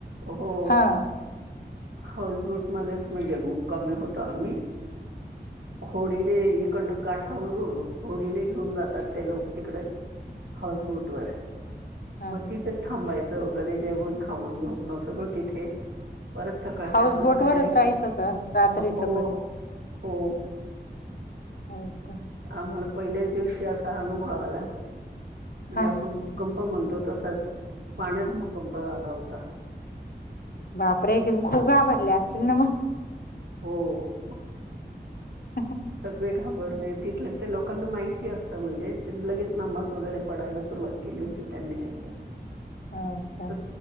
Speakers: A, on the right (about 85°); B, on the left (about 60°).
A: हो
B: हा
A: हाऊंसबोट मध्येचं म्हणजे मुक्कांमी होतो आम्हीं होडीने इकडं कांठावरूंन होडीने घेऊंन जातांत ते लोकं तिकडे हाऊंसबोट वरं
B: हा
A: मंग तिथे थांबायचं वगैरें जेवणं खाऊंन झोपणं सगळं तिथे परंत सकाळीं
B: हाऊस
A: आपलं
B: बोट
A: तयारी
B: वरच राहायचं का रात्रीच
A: हो
B: पण
A: हो
B: हो कां
A: आम्हांला पहिल्यांच दिवशी असां अनुभव आंला म्हणजे
B: हा
A: आपणं भूकंप म्हणतो तसाच पाण्यात भूकंप झाला होता.
B: बाप रे! तिद खूप घाबरले असतील न म
A: हो
B: <unintelligible>
A: सगळे घाबरले तिथलं ते लोकांना माहिती असतं म्हणजे ते लगेच नमाज वगैरे पडायला सुरुवात केली होती त्यांनी असं
B: हो का
A: तर